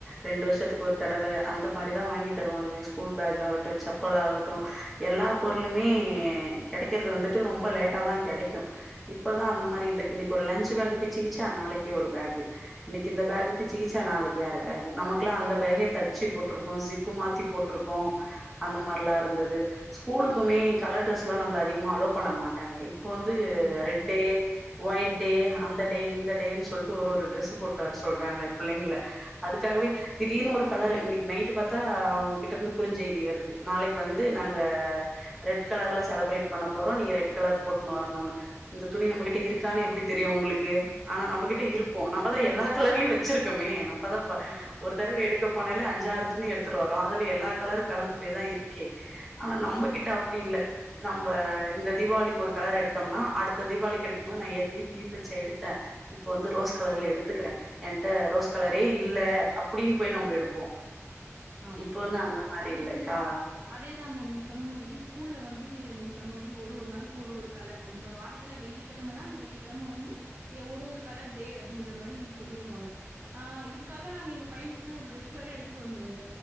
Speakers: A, in the centre; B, on the right.
A: ரெண்டு வருஷத்துக்கு ஒரு தடவ அந்த மாரிதா வாங்கி தருவாங்களே ஸ்கூல் பேக் சப்பல் ஆகட்டூ எல்லா பொருளுமே கெடைக்கிறது வந்துட்டு ரொம்ப லேட்டா தா கெடைக்கூ இப்பதா அந்த மாரி இல்ல இன்னைக்கு ஒரு லஞ்ச் பேக் பிச்சுக்கிச்சா நாளைக்கே ஒரு பேக்கு இன்னைக்கு இந்த பேக் பிச்சுக்கிச்சா நாளைக்கு வேற பேக் நமக்கெல்லா அந்த பேக்கே தச்சு போட்ருக்கோ ஜிப்பு மாத்தி போட்ருக்கோ அந்த மாரிலா இருந்தது ஸ்கூலுக்குமே கலர் ட்ரெஸ்லா நம்ள அதிகமா அலோ பண்ண மாட்டாங்க இப்போ வந்து
B: ஆமா,
A: ரெட்
B: ஆமா.
A: டே ஒயிட் டே அந்த டே இந்த டேன்னு சொல்ட்டு ஒரு ஒரு ட்ரெஸ்ஸூ போட்டு வர சொல்றாங்க பிள்ளைங்கள அதுக்காகவே திடீர்னு ஒரு கலரு இன்னைக்கு நைட்டு பாத்தா அவுங்ககிட்ட இருந்து குறுஞ்செய்தி வருது நாளைக்கு வந்து நாங்க ரெட் கலர்ல செலப்ரேட் பண்ண போறோ நீங்க ரெட் கலர் போட்டுன்னு வரணுனு இந்த துணி நம்ம கிட்ட இருக்கானு எப்டி தெரியு அவுங்களுக் கு ஆனா நம்மகிட்ட இருக்கூ நம்மதா எல்லா கலர்லயு வச்சிருக்கோமே நம்மதா
B: ஆமா,
A: ஒரு தடவ எடுக்க போனாலே அஞ் சாறு துணி எடுத்துட்டு வரோ அதுல எல்லா கலரு கலந்து ப்ப தா இருக்கே ஆனா நம்பகிட் அப்படி இல்ல நம் இப்ப இந்த தீபாவளிக்கு ஒரு கலர் எடுத்தோம்னா அடுத்த தீபாவளிக்கு எடுக்கு போது நா ஏற்கனவே கிளிப்பச்ச எடுத்தே இப்ப வந்து ரோஸ் கலர்ல எடுத்துக்கிறே என்கிட்ட ரோஸ் கலரே இல்ல அப்படின்னு போய் நம்ப எடுப்போ
B: ஆமா
A: இப்ப
B: ஆமா
A: வந்து அந்த மாரி
B: அதாவது
A: இல்ல கா
B: அதேதாங்க நீங்க சொன்ன மாரி ஸ்கூல்ல வந்து நீங்க சொல் மாதிரி ஒரு ஒரு நாளுக்கு ஒரு ஒரு கலர் இந்த வாரத்துல வெள்ளிக்கெழமன்னா அந்த வெள்ளிக்கெழம வந்து ஏ ஒரு ஒரு கலர் டே அப்படின்ற மாதிரி சொல்லிருவாங்க ஆ இதுக்காக நாங்க எங்க பையனுக்கு போய் ஒரு டிரெஸ் வேற எடுத்துட்டு வந்தோங்க